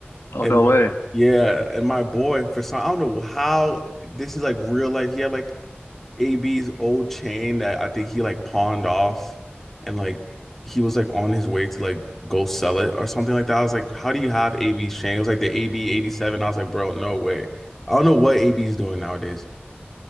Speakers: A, on the left; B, in the centre.
A: Oh
B: and
A: no way.
B: like yeah, and my boy for some I don't know how this is like real life. He had like AB's old chain that I think he like pawned off and like he was like on his way to like go sell it or something like that. I was like, how do you have AB's chain? It was like the AB 87. I was like, bro, no way. I don't know what AB's doing nowadays.